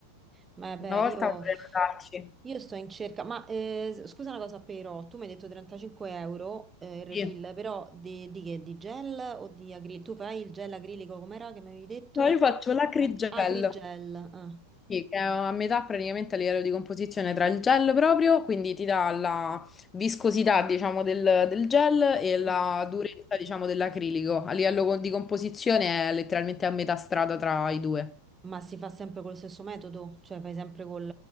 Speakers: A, on the right (about 15°); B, on the left (about 20°).
A: Vabbè,
B: Una volta
A: io,
B: vorrei andarci.
A: io sto in cerca. Ma eh, scusa una cosa, però, tu mi hai detto 35 euro eh, il refill,
B: Sì,
A: però di, di che? Di gel o di acrilico? Tu fai il gel acrilico, com'era che mi avevi detto?
B: No, io faccio l'acrigel.
A: Ac- Acrigel. ah.
B: sì, che è a metà praticamente a livello di composizione tra il gel proprio, quindi ti dà la viscosità, diciamo, del, del gel e
A: Mm.
B: la durezza, diciamo, dell'acrilico. A livello co- di composizione è letteralmente a metà strada tra i due.
A: Ma si fa sempre col stesso metodo? Cioè fai sempre col,